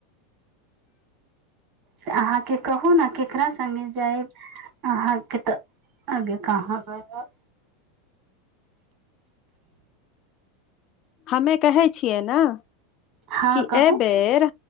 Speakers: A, on the right; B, on the left.
A: तऽ अहाँके कहू ने केकरा संगे जायब? <unintelligible> अहाँ के तऽ आगे कहां? <unintelligible>
B: हमे कहै छियै न।
A: हँ
B: कि
A: कहू
B: एहि बेेर,